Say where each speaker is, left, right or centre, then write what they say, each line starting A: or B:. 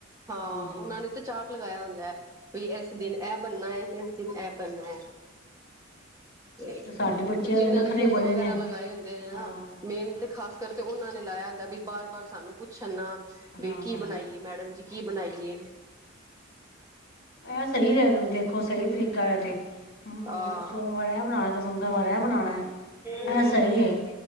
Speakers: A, on the right (about 15°); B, on the left (about 50°).
A: ਹਾਂ
B: ਹਾਂਜੀ
A: ਉਹਨਾਂ ਨੇ ਤਾਂ ਚਾਰਟ ਲਗਾਇਆ ਹੁੰਦੈ ਐ। ਵੀ ਇਸ ਦਿਨ ਐ ਬਨਨਾ ਐ, ਤੇ ਇਸ ਦਿਨ ਐ ਬਨਨਾ ਐ।
B: ਅਤੇ
A: ਤੇ
B: ਸਾਡੇ ਬੱਚਿਆਂ
A: ਜਿੰਨਾਂ
B: ਦੇ ਨਖਰੇ
A: ਨੇ ਕੁੱਕ
B: ਬੜੇ
A: ਵਗੈਰਾ
B: ਨੇ
A: ਲਗਾਏ ਹੁੰਦੇ- ਨੇ
B: ਹਾਂ
A: ਮੇਨ ਤੇ ਖ਼ਾਸ ਕਰਕੇ ਤੇ ਉਹਨਾਂ ਨੇ ਲਾਇਆ ਹੁੰਦਾ ਵੀ, ਬਾਰ ਬਾਰ ਸਾਨੂੰ ਪੁੱਛਣ ਨਾ ਬੀ
B: ਹਾਂ
A: ਕੀ
B: ਹਾਂ
A: ਬਣਾਈਏ, ਮੈਡਮ ਜੀ, ਕੀ ਬਣਾਈਏ?
B: ਐ ਸਈ ਰਿਹਾ ਦੇਖੋ ਸਹੀ ਤਰੀਕਾ ਹੈ ਤੇ- ਹਮ
A: ਹਾਂ
B: ਸੋਮਵਾਰ ਐ ਬਨਾਨੈ, ਤੇ ਮੰਗਲਵਾਰ ਐ ਬਣਾਨੈ,
A: ਹੋਰ
B: ਐ ਸਈ ਏ।